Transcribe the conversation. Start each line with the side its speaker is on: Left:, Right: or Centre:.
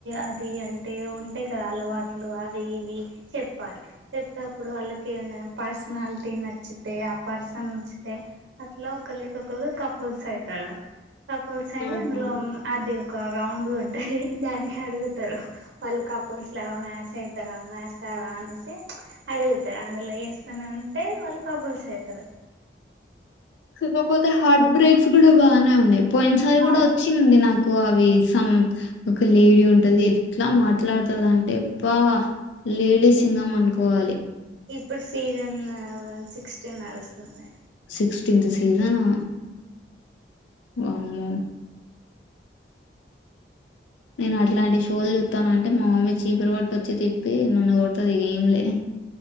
Right: అది అంటే ఉంటయి కదా అలవాట్లు అవి ఇవి చెప్పాలి చెప్తేప్పుడు వాళ్ళకేమైనా పాస్ స్నాలిటీ నచ్చితే ఆ పర్సన్ నచ్చితే అట్ల ఒకలికి ఒకరు కపుల్స్ అయితరు కపుల్సయి
Left: ఆహా
Right: అందులో మ్ అది ఒక రౌండు ఉంటాది దానికి అడుగుతరు వాళ్ళు కపుల్స్ లాగా మ్యాచ్ అయితర మ్యాచ్ కా రా అనేసి అడుగుత అందులో ఎస్ సని ఉంటే వాళ్లు కపుల్సు ఐతరు
Left: కాకపోతే హార్ట్ బ్రేక్స్ కూడా బాగానే ఉన్నాయి పోయినసారి
Right: హాట్
Left: కూడా వచ్చింది నా నాకు అవి సం ఒక లేడీ ఉంటది ఎట్లా మాట్లాడతది అంటే అబ్బ లేడీ సింగం అనుకోవాలి
Right: ఇప్పుడు సీజన్ వన్ సిక్స్టీ నడుస్తుంది
Left: సిక్స్టీీన్త్ సీజన్ ఆ వామ్మో నేను అట్లాంటి షోలు చూత్తాన అంటే మా మమ్మీ చీపరి కట్టోచ్చి తిప్పి నన్ను కొ తది ఇగా ఏంలే